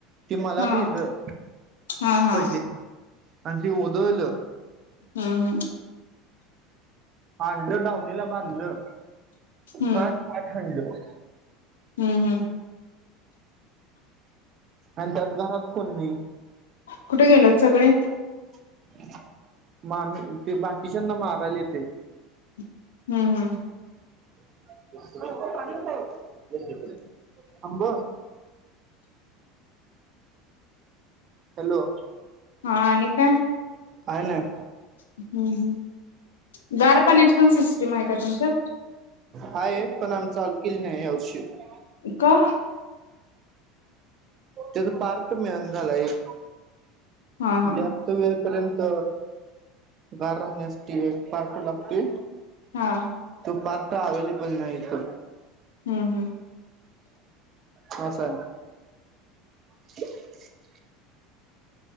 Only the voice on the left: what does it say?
हा
हा हा
हम्म हम्म
हम्म
हम्म हम्म
कुठे गेलेत सगळे?
हम्म हम्म
हा आणि काय
हम्म हम्म गार पाण्याची पण सिस्टीम आहे का तुमच्यात
का
हा हा
हा
हम्म हम्म